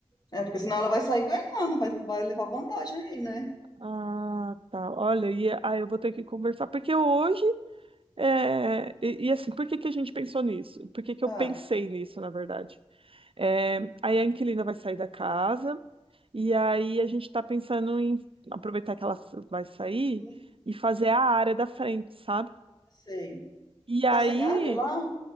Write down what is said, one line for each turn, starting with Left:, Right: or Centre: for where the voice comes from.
Left: É, porque senão ela vai sair ganhando, vai, vai levar vantagem aí, né?
Right: Ah, tá. Olha, e ah, eu vou ter que conversar, porque hoje É, e, e assim, por que que a gente pensou nisso? Por que que
Left: Ah,
Right: eu pensei nisso, na verdade? É, aí a inquilina vai sair da casa, e aí a gente está pensando em aproveitar que ela s- vai sair
Left: não
Right: e fazer a área da frente, sabe?
Left: sei.
Right: E aí
Left: Tá sem área lá? Sem